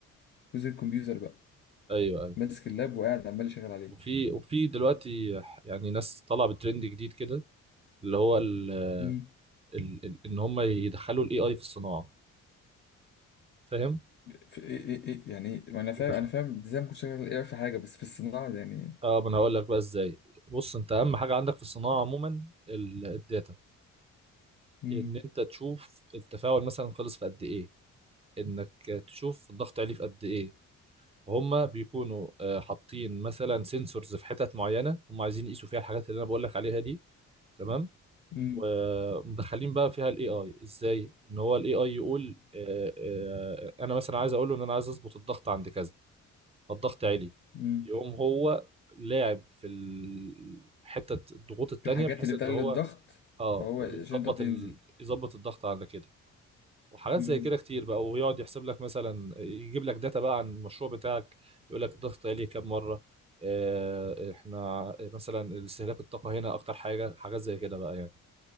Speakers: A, on the left (about 35°); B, on the right (about 20°).
A: جزء الكمبيوتر بقى
B: ايوه ايوه
A: ماسك اللاب وقاعد عمال يشغل عليه
B: وفي وفي دلوقتي يعني ناس طالعه بترند جديد كده اللي هو ال...
A: امم
B: ال... ال... ان هم يدخلوا الاي اي في الصناعه فاهم؟
A: في إيه إيه إيه يعني ما انا فاهم
B: يدخل-
A: انا فاهم ازاي ممكن شغال ايه في حاجه بس في الصناعه يعني
B: اه ما انا هقول لك بقى ازاي بص انت اهم حاجه عندك في الصناعه عموما ال- الداتا
A: امم
B: ان انت تشوف التفاعل مثلا خلص في قد ايه انك تشوف الضغط عليه في قد ايه هما بيكونوا آه، حاطين مثلا سنسورز في حتت معينه هم عايزين يقيسوا فيها الحاجات اللي انا بقول لك عليها دي تمام
A: امم
B: ومدخلين بقى فيها الاي اي ازاي ان هو الاي اي يقول آه، آه، انا مثلا عايز اقول له ان انا عايز اظبط الضغط عند كذا فالضغط عالي
A: امم
B: يقوم هو لاعب في ال- حته الضغوط التانية
A: الحاجات
B: بحيث
A: اللي بتقلل
B: ان هو
A: الضغط
B: اه
A: فهو عشان
B: يظبط
A: الضغط ينزل
B: ال... يظبط الضغط على كده وحاجات
A: امم
B: زي كده كتير بقى ويقعد يحسب لك مثلا يجيب لك داتا بقى عن المشروع بتاعك يقول لك الضغط عليه كام مره آه، احنا مثلا استهلاك الطاقه هنا اكتر حاجه حاجات زي كده بقى يعني